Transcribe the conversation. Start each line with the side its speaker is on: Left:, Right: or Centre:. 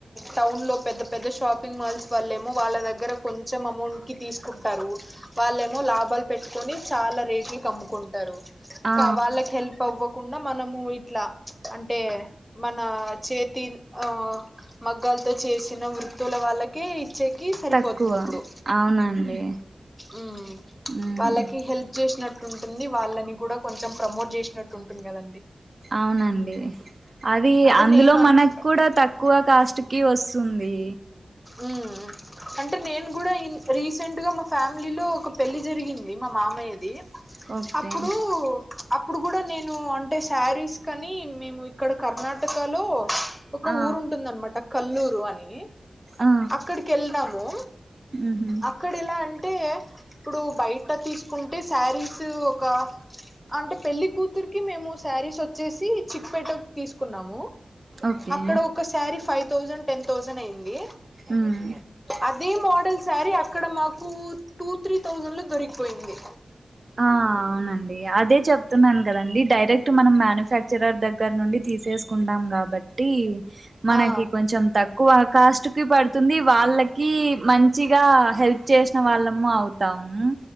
Centre: టౌన్ లో పెద్ద పెద్ద షాపింగ్ మాల్స్ వాళ్ళ ఏమో వాళ్ళ దగ్గర కొంచెం అమౌంట్ కి తీసుకుంటారు వాళ్ళేమో లాభాలు పెట్టుకొని చాలా రేట్లుకు అమ్ముకుంటారు
Right: ఆ
Centre: కావాళ్ళకి హెల్ప్ అవ్వ కుండా మనము ఇట్లా అండ్ అంటే మన చేతి ఆ మగ్గాలతో చేసిన వృత్తుల వాళ్ళకి చేకి సరిపోతుంది
Right: తక్కువ
Centre: అప్పుడు
Right: అవునండి
Centre: ఉ
Right: ఉమ్
Centre: వాళ్ళకి హెల్ప్ చేసినట్టు ఉంటుంది వాళ్ళని కూడా కొంచెం ప్రమోట్ చేసినట్టుంటుంది కదండి
Right: అవునండి అది
Centre: అదే
Right: అందులో
Centre: నేను అనుకు
Right: మనకు కూడా తక్కువ కాస్ట్ కి వస్ తుంది
Centre: ఉ అంటే నేను కూడా ఇన్ రీసెంట్ గా మా ఫ్యామిలీలో ఒక పెళ్లి జరిగింది మా మామ్ మాయ ది
Right: ఓకే
Centre: అప్పుడు అప్పుడు కూడా నేను అంటే శారీస్ కని మేము ఇక్కడ కర్ణాటకలో ఒక
Right: ఆ
Centre: ఊరుంటుందనమాట కల్లూరు అని
Right: ఆ
Centre: అక్కడికి వెళ్ళినాము
Right: ఉహు
Centre: అక్కడ ఎలా అంటే ఇప్పుడు బయట తీసుకుంటే శారీస్ ఒక అంటే పెళ్లి కూతురుకి మేము శారీస్ వచ్ వచ్చేసి చిక్పేటక్ తీసుకున్నాము
Right: ఓకే
Centre: అక్కడ ఒకసారీ ఫైవ్ థౌసండ్ టెన్ థౌసండ్ అయింది
Right: ఉమ్
Centre: అదే మోడల్ సారి అక్ అక్కడ మాకు టూ త్రీ థౌసండ్ లో దొరికిపోయింది
Right: ఆ అవునండి అదే చెప్తున్నాను కదండి డైరెక్ట్ మనం మ్యానుఫ్యాక్చరర్ దగ్గర నుండి తీసేసుకుంటాం కాబట్టి మనకి
Centre: ఆ
Right: కొంచెం తక్కువక్ కాస్ట్ కి పడుతుంది వాళ్ళకి మంచిగా హెల్ప్ చేసిన వాళ్ళము అవుతాము